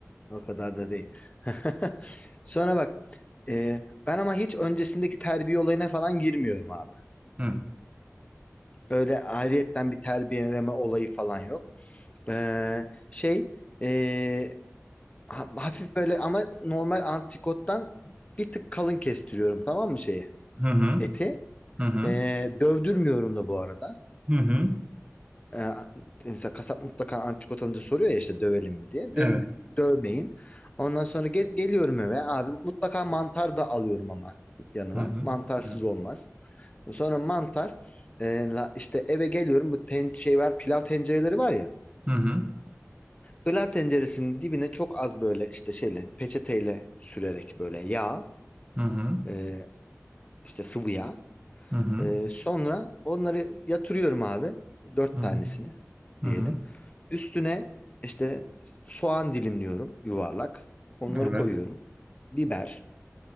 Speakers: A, on the left (about 25°); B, on the right (about 20°).
A: O kadar da değil. <laughs> Sonra bak e, ben ama hiç öncesindeki terbiye olayına falan girmiyorum abi.
B: <laughs>
A: öyle ayrıyetten bir terbiyeleme olayı falan yok. Ee, şey ee, ha- hafif böyle ama normal antrikottan bir tık kalın kestiriyorum tamam mı şeyi?
B: Hı hı
A: Eti.
B: hı hı
A: Ee, dövdürmüyorum da bu arada.
B: hı hı. hı.
A: Ee, mesela kasap mutlaka antrikot alınca soruyor ya işte dövelim mi diye.
B: Evet.
A: Dedim dövmeyin. Ondan sonra ge- geliyorum eve abi mutlaka mantar da alıyorum ama yanına.
B: Hı hı
A: Mantarsız
B: hı
A: olmaz. Sonra mantar e, la- işte eve geliyorum bu ten, şey var pilav tencereleri var ya.
B: hı hı
A: Pilav tenceresinin dibine çok az böyle işte şeyle peçeteyle sürerek böyle yağ
B: hı
A: e, işte sıvı yağ.
B: hı hı
A: Ee, sonra onları yatırıyorum abi. Dört
B: hı hı.
A: tanesini
B: hı.
A: diyelim.
B: hı.
A: Üstüne işte soğan dilimliyorum yuvarlak. Onları
B: Evet.
A: koyuyorum. Biber